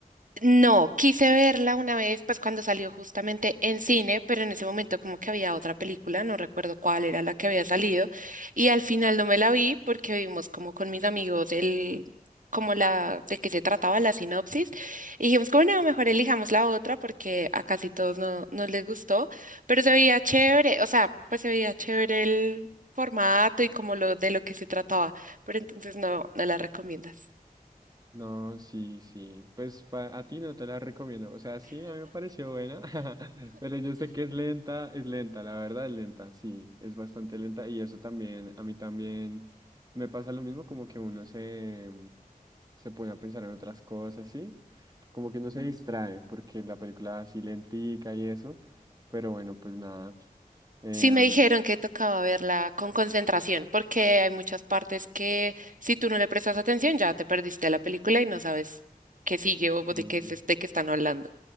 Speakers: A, on the right; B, on the right.
A: No, quise verla una vez, pues cuando salió justamente en cine, pero en ese momento como que había otra película, no recuerdo cuál era la que había salido, y al final no me la vi porque vimos como con mis amigos el, como la, de qué se trataba la sinopsis, y dijimos como no, mejor elijamos la otra porque a casi todos no, no les gustó, pero se veía chévere, o sea, pues se veía chévere el formato y como lo de lo que se trataba, pero entonces no, no la recomiendas.
B: No, sí, sí. Pues pa- a ti no te la recomiendo. O sea, sí, a mí me pareció buena, <laughs> pero yo sé que es lenta, es lenta, la verdad es lenta, sí, es bastante lenta y eso también, a mí también me pasa lo mismo, como que uno se, se pone a pensar en otras cosas, ¿sí? Como que uno se distrae porque la película así lentica y eso, pero bueno, pues nada. em,
A: Sí me dijeron que tocaba verla con concentración, porque hay muchas partes que si tú no le prestas atención ya te perdiste la película y no sabes qué sigue
B: sí.
A: o de qué es este que están hablando.